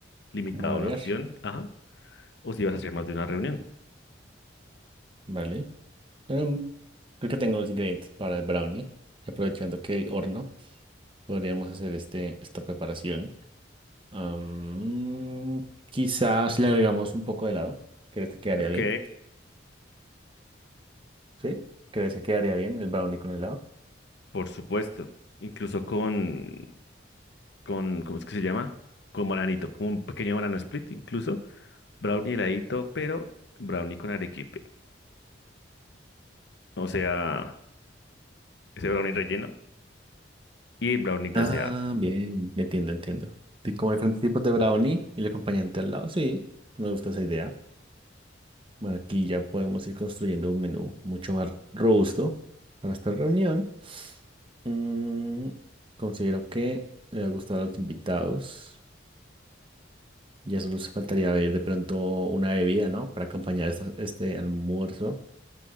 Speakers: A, on the left; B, on the right.
A: limitado
B: ¿Cómo variar?
A: a una opción, ajá, o si vas a hacer más de una reunión.
B: Vale. Em, creo que tengo los ingredientes para el brownie. Y aprovechando que hay horno, podríamos hacer este, esta preparación. Am, quizás le agregamos un poco de helado. ¿Crees que quedaría
A: Ok,
B: bien? ¿Sí? ¿Crees que quedaría bien el brownie con helado?
A: por supuesto, incluso con, con, ¿cómo es que se llama? Con bananito, como un pequeño banana split, incluso brownie heladito, pero brownie con arequipe, o sea, ese brownie relleno y brownie glaseado.
B: Ah, bien, entiendo, entiendo. Y como hay diferentes tipos de brownie y el acompañante al lado, sí, me gusta esa idea. Bueno, aquí ya podemos ir construyendo un menú mucho más robusto para esta reunión. Mm, considero que le va a gustar a los invitados. Ya solo se faltaría ver de pronto una bebida, ¿no? Para acompañar esta- este almuerzo.